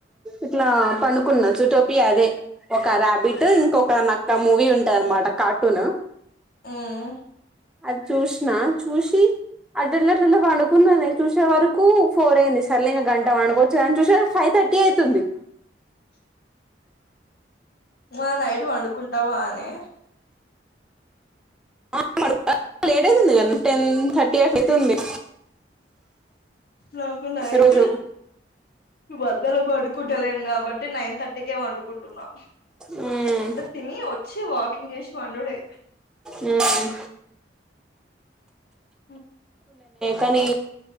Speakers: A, in the centre; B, on the left (about 55°).
A: ఇట్లా పండుకున్నా చూటోపియా అదే ఒక ర్యాబిట్టు ఇంకొక నక్క మూవీ ఉంటాయి అనమాట కార్టూను
B: ఉమ్మ్
A: అది చూసిన చూసి అటుదొల్లి అటుదొల్లి పడుకుందమని చూసే వరకు ఫోర్ అయింది సర్లే ఇక గంట వండుకోవచ్చుగా అని చూసేసరికి ఫైవ్ థర్ట్ థర్టీ అవుతుంది
B: మ నైటు పండుకుంటావా అని
A: ఆ మనకి లేట్ అయితుంది క టెన్ థర్టీ అట్ అయితుంది
B: నాకు నైట్
A: రోజు
B: మధ్యల పడుకుంటలేం కాబట్టి నైన్ థర్టీ కుంటన్నా
A: మ్
B: ఇట్లా తిని వచ్చి వాకింగ్ చేసి పండుడే
A: హ్మ్
B: హ
A: కానీ